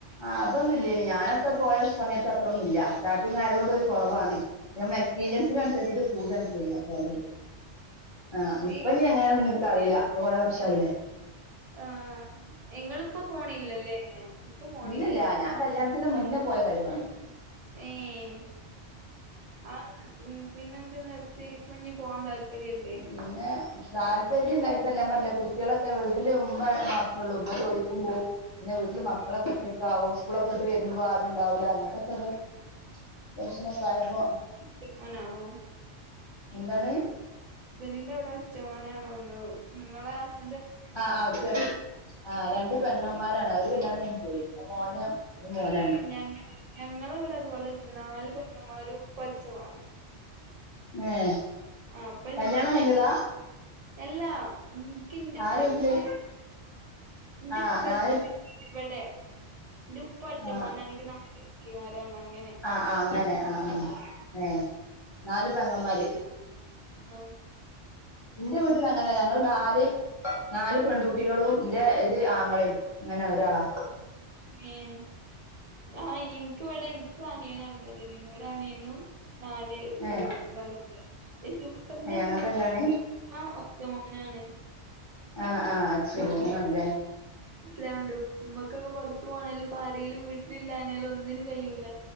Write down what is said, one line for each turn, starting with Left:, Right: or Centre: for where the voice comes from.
Left: ആഹ് അതൊന്നില്ലനി ഞാനൊക്കെ പോയ സമയത്ത് അത്രൊന്നുല്ല സ്റ്റാർട്ടിങ് ആയതൊണ്ട് ഒരു കൊറവാണ്. നമ്മളെ എക്സ്പീരിയൻസിനനുസരിച്ചിട്ട്
Right: ഏ
Left: കൂടാണ് ചെയ്യ സാലറി. ആഹ് ഇപ്പഞ്ഞ്
Right: ഈ
Left: എങ്ങനെന്നൊന്നു ഇൻക്കറില ഇപ്പൊ കൊറേ വർഷായിലേ.
Right: ആഹ് ഇങ്ങളിപ്പോ പോണില്ലല്ലേ ഇപ്പ പോണില്ലല്ലേ.
Left: ഇല്ലില്ല ഞാൻ കല്യാണത്തിന് മുന്നേ പോയ കാര്യ പർഞേ.
Right: ഏഹ് ആഹ് ഉം. പിന്നെന്ത് നിർത്തി പ്പഞ്ഞ് പോവാൻ താല്പര്യല്ലേ.
Left: പിന്നെ. താല്പര്യല്ലായിട്ടല്ലാ ഞാൻ പർഞ്ഞിലേ കുട്ട്യളൊക്കെ വീട്ടില് ഉമ്മ മാത്രള്ളൂ ഉമ്മ ജോലിക്കും പോവും. പിന്നെ വീട്ടില്
Right: ആ
Left: മക്കളൊക്കെ ഒറ്റക്കാവും
Right: ആ
Left: സ്കൂളൊക്കെ ഇട്ട് വരുമ്പൊ
Right: ആ
Left: ആരുണ്ടാവൂല അങ്ങൻത്തൊക്കൊരു. പ്രശ്നക്കായപ്പോ.
Right: <unintelligible> ആണോ.
Left: എന്താണ്.
Right: ഹസ്ബന്റിന്റവ്ടെ ഒറ്റമോനാണോന്ന് നിങ്ങളെ ഹസ്
Left: ആഹ് ആഹ് ഒറ്റ അഹ് രണ്ട് പെങ്ങന്മാരാണ് അവര് കല്യാണം കയിഞ്പോയി ന്നെ മോന്. ഒരു മോനാണ്
Right: ഈ ഞങ്ങ ഞങ്ങളവടെ അതുപോലെന്നെ നാല് പെങ്ങമ്മാരു ഉപ്പ ഒറ്റ മോനാ.
Left: ഏഹ്
Right: ആഹ് അപ്പൊ
Left: കല്യാണം
Right: നിൻക്ക്
Left: കയിഞ്ഞതാ.
Right: എല്ലാ ഇൻക്ക് ഇന്റപ
Left: ആരെ
Right: ഇൻക്ക്
Left: വീട്ടില്
Right: ഇന്റെപ്പന്റെ.
Left: ആ നാല്
Right: ഇവടെ ന്റുപ്പ അറ്റമോനാണെങ്കി
Left: ആ
Right: നല് അനിയത്തിമാരാണ് അങ്ങനെ.
Left: ആഹ് ആഹ് അങ്ങനെ ആഹ് ആഹ് ഏഹ് നാല് പെങ്ങമ്മാര്.
Right: ആഹ്.
Left: ൻ്റെ വീട്ടിലങ്ങ ന്നെ ഞങ്ങള് നാല് നാല് പെൺകുട്ടികളും ന്റെ ഒരു ആങ്ങളി ങ്ങനെ ഒരാളാ.
Right: ഏഹ് ആ ഇൻക്ക് വടെ ഇൻക്ക് അനിയനള്ളത് <unintelligible> ഒരനിയനും. നാല് പെൺകുട്ടികളാണല്ല
Left: ഏ
Right: എൻ്റുപ്പതീ
Left: ഏ അങ്ങനെ
Right: നോക്കുവാണെങ്കി.
Left: തന്നെയാണ്
Right: ആ ഒറ്റമോനാണ്.
Left: ആഹ് ആഹ് അത് ശെരി അങ്ങനാണ്ലേ.
Right: ഇല ഉണ്ട് ഉമ്മക്കൊക്കെ പൊർത്തു പോവണേല് പാരേലും വീട്ടിലില്ലാഞ്ഞാലു ഒന്നിനും കഴിയൂല.